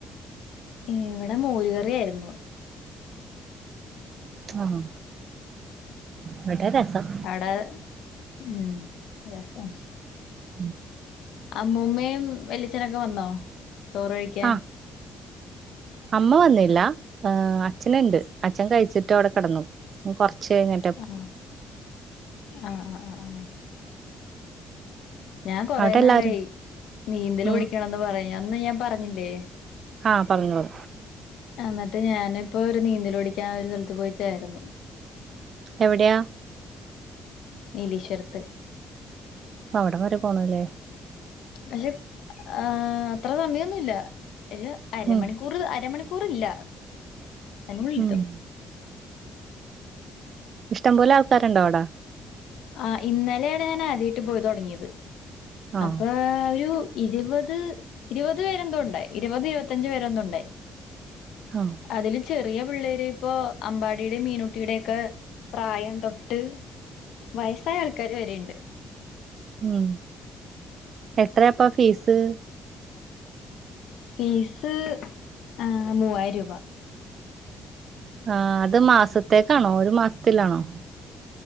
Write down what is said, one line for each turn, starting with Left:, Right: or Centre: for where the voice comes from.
Left: ഇവിടെ മോരുകറിയായിരുന്നു
Right: ആഹ് ഇവിടെ രസം
Left: അവിടെ ഉം രസം
Right: ഉം
Left: അമ്മൂമ്മയും വെല്യച്ചനൊക്കെ വന്നോ ചോറ് കഴിക്കാൻ
Right: ആഹ് അമ്മ വന്നില്ല അച്ഛനുണ്ട് അച്ഛൻ കഴിച്ചിട്ട് അവിടെ കിടന്നു കൊറച്ച കഴിഞ്ഞ
Left: ആഹ് ആഹ് ആഹ് ആഹ് ഞാൻ കൊറെനാളായി
Right: അവിടെ എല്ലാരും
Left: നീന്തല്
Right: ഉം
Left: പിടിക്കണന്ന് പറയാ അന്ന് ഞാൻ പറഞ്ഞില്ലേ
Right: ആഹ് പറഞ്ഞു പറ
Left: ആഹ് എന്നിട്ട് ഞാനിപ്പോഒരു നീന്തല് പഠിക്കാൻ ഒരു സ്ഥലത്ത് പോയിചേർന്നു
Right: എവിടെയ
Left: നീലീശ്വരത്ത്
Right: അവിടം വരെ പോണല്ലേ
Left: പക്ഷെ ആഹ് അത്ര സമയമൊന്നുല്ല ഒരു അരമണിക്കൂർ
Right: ഉം
Left: ഒറ് അരമണിക്കൂറില്ല അതിനുള്ളിലെത്തും
Right: ഉം ഇഷ്ടം പോലെ ആൾക്കാരുണ്ടോ അവിടെ
Left: ആ ഇന്നലെയാണ് ഞാൻ ആദ്യയിട്ട് പോയി തുടങ്ങിയത്
Right: ആഹ്
Left: അപ്പൊ ഒരു ഇരുപത് ഇരുപത് പേരെന്തണ്ടായി ഇരുപത് ഇരുപത്തിഞ്ച് പേരെന്തണ്ടായി
Right: ആഹ്
Left: അതില് ചെറിയ പിള്ളേര് ഇപ്പൊ അമ്പാടിയുടെയും മീനുട്ടിയുടെ ഒക്കെ പ്രായം തൊട്ട് വയസ്സായ ആൾക്കാര് വരെയുണ്ട്
Right: ഉം എത്രപ്പ ഫീസ്?
Left: ഫീസ് ആ മൂവായിരം രൂപ
Right: ആഹ് അത് മാസത്തേക്കാണോ ഒരു മാസത്തിലാണോ